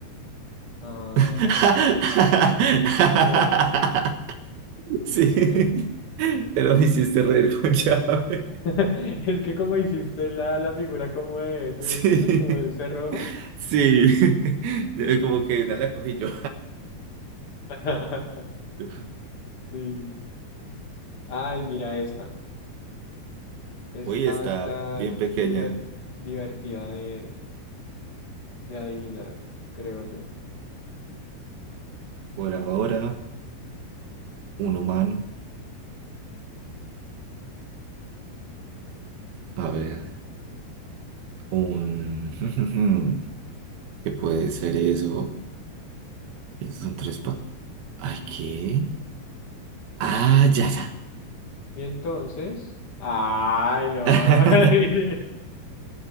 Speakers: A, on the left; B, on the right.
A: ah,
B: <laughs>
A: mujer,
B: Sí,
A: mujer.
B: pero me hiciste reír con llave.
A: <laughs> Es que como hiciste la, la figura como de, ¿sí
B: Sí,
A: me entiendes? Como de un cerrojo.
B: sí. <laughs> Yo Como que una la cogí yo.
A: <laughs>
B: <laughs>
A: Sí. Ay, mira esta. Esta
B: Uy,
A: va
B: está
A: a estar
B: bien pequeña.
A: diver- divertida de, de adivinar, creo yo.
B: Por ahora, un humano. A ver, un... <laughs> ¿Qué puede ser eso? Esos son tres pa... Ay, ¿qué? Ah, ya, ya.
A: Y entonces, ay, no.
B: <laughs>
A: <laughs>